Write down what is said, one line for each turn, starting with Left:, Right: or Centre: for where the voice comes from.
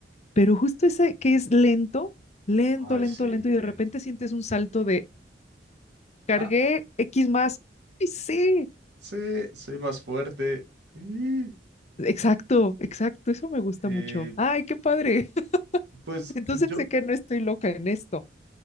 Left: pero justo ese que es lento, lento,
Right: Ay,
Left: lento,
Right: sí,
Left: lento, y
Right: lento.
Left: de repente sientes un salto de cargué
Right: Ah,
Left: X más. Y sí,
Right: Sí, soy más fuerte. Y,
Left: exacto, exacto, eso me gusta
Right: eh,
Left: mucho. Ay, qué padre. <laughs>
Right: pues
Left: Entonces
Right: yo,
Left: sé que no estoy loca en esto.